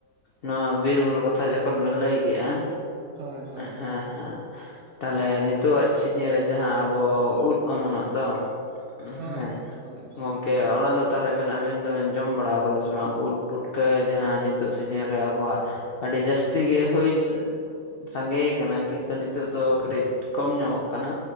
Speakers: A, on the left (about 75°); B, on the right (about 65°).
A: ᱱᱚᱣᱟ ᱵᱤᱨᱵᱩᱨᱩ ᱠᱟᱛᱷᱟ ᱡᱚᱠᱷᱚᱱ ᱵᱮᱱ ᱞᱟᱹᱭ ᱠᱮᱜᱼᱟ, ᱦᱮᱸ
B: ᱦᱳᱭ ᱦᱳᱭ
A: ᱦᱮᱸ᱾
B: ᱦᱳᱭ
A: ᱛᱟᱦᱞᱮ ᱱᱤᱛᱼᱟᱜ ᱥᱤᱡᱤᱱ ᱨᱮ ᱡᱟᱦᱟᱸ ᱟᱵᱚ ᱩᱫ ᱚᱢᱩᱞᱚᱜ ᱫᱚ ᱦᱮᱸ
B: ᱦᱳᱭ ᱦᱳᱭ ᱦᱳᱭ
A: ᱜᱚᱝᱠᱮ ᱚᱱᱟ ᱫᱚ ᱛᱟᱦᱚᱞᱮ ᱵᱮᱱ ᱟᱵᱤᱱ ᱫᱚᱵᱤᱱ ᱡᱚᱢ ᱵᱟᱲᱟ ᱟᱠᱟᱫᱟ ᱥᱮ ᱵᱟᱝ ᱩᱫ ᱯᱩᱴᱠᱟᱹ ᱡᱟᱦᱟᱸ ᱱᱤᱛᱚᱜ ᱥᱤᱡᱤᱱ ᱨᱮ ᱟᱵᱚᱣᱟᱜ ᱟᱹᱰᱤ ᱡᱟᱹᱥᱛᱤ ᱜᱮ ᱦᱩᱭ ᱥᱟᱸᱜᱮ ᱟᱠᱟᱱᱟ ᱠᱤᱱᱛᱩ ᱱᱤᱛᱚᱜ ᱫᱚ ᱠᱟᱹᱴᱤᱡ ᱠᱚᱢ ᱧᱚᱜᱚᱜ ᱠᱟᱱᱟ᱾